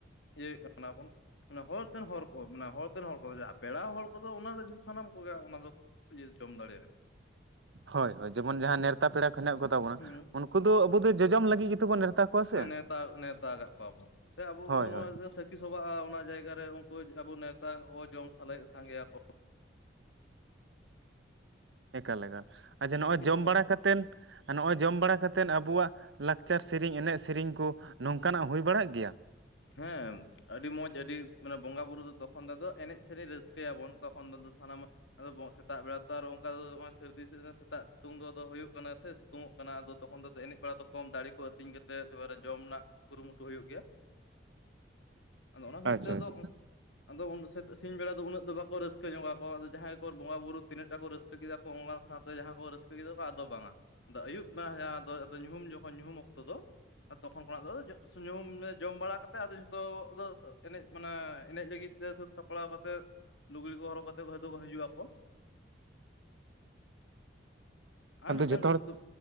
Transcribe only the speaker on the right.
ᱦᱳᱭ ᱦᱳᱭ ᱡᱮᱢᱚᱱ ᱡᱟᱦᱟᱸ ᱱᱮᱶᱛᱟ ᱯᱮᱲᱟ ᱠᱚ ᱦᱮᱱᱟᱜ ᱠᱚᱛᱟ ᱵᱚᱱᱟ
ᱩᱱᱠᱩ ᱫᱚ ᱟᱵᱚ ᱫᱚ ᱡᱚᱡᱚᱢ ᱞᱟᱹᱜᱤᱫ ᱜᱮᱛᱵᱚᱱ ᱱᱮᱣᱛᱟ ᱠᱚᱣᱟ ᱥᱮ
ᱦᱳᱭ
ᱦᱳᱭ
ᱮᱠᱟᱞ ᱮᱠᱟᱞ ᱟᱪᱪᱷᱟ ᱱᱚᱜᱼᱚᱭ
ᱡᱚᱢ ᱵᱟᱲᱟ ᱠᱟᱛᱮᱫ ᱱᱚᱜᱼᱚᱭ ᱡᱚᱢ ᱵᱟᱲᱟ ᱠᱟᱛᱮᱫ ᱟᱵᱚᱣᱟᱜ ᱞᱟᱠᱪᱟᱨ ᱥᱮᱨᱮᱧ ᱮᱱᱮᱡ ᱥᱮᱨᱮᱧ ᱠᱚ ᱱᱚᱝᱠᱟᱱᱟᱜ ᱦᱩᱭ ᱵᱟᱲᱟᱜ ᱜᱮᱭᱟ?
ᱟᱪᱪᱷᱟ
ᱟᱪᱪᱷᱟ
ᱟᱫᱚ
ᱡᱚᱛᱚ
ᱦᱚᱲ